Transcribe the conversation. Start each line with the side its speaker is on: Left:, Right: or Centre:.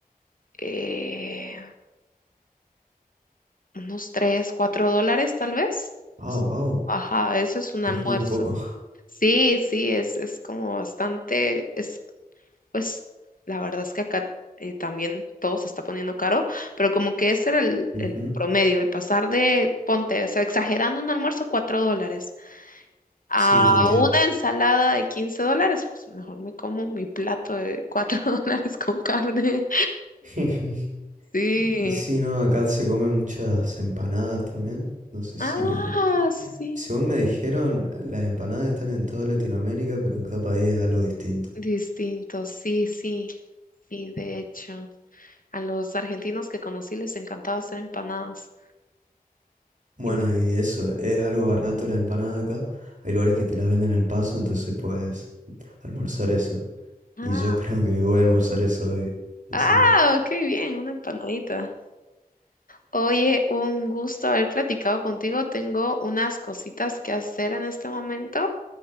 Left: eh, Unos 3 4 dólares tal vez.
Right: Ah,
Left: Es-
Right: wow,
Left: Ajá, eso es un
Right: es
Left: almuerzo.
Right: muy poco.
Left: Sí, sí, es, es como bastante, es pues la verdad es que acá eh, también todo se está poniendo caro, pero como que ese era el,
Right: <laughs> Ujú.
Left: el promedio y pasar de, ponte, o sea, exagerando un almuerzo, 4 dólares a
Right: Sí, te entiendo.
Left: una ensalada de 15 dólares, pues mejor me como mi plato de 4 <laughs> dólares con carne.
Right: <laughs>
Left: Sí.
Right: Eh, Sí, no, acá se comen muchas empanadas también. No sé si,
Left: Ah, sí.
Right: según me dijeron, las empanadas están en toda Latinoamérica, pero en cada país es algo distinto.
Left: Distinto, sí, sí, sí, de hecho, a los argentinos que conocí les encantaba hacer empanadas.
Right: Bueno,
Left: Y me-
Right: y eso, es algo barato la empanada acá. Hay lugares que te las venden al paso, entonces puedes almorzar eso.
Left: Ah,
Right: Y yo <laughs> creo que voy a almorzar eso hoy, encima.
Left: ah, qué bien, una empanadita. Oye, un gusto haber platicado contigo. Tengo unas cositas que hacer en este momento,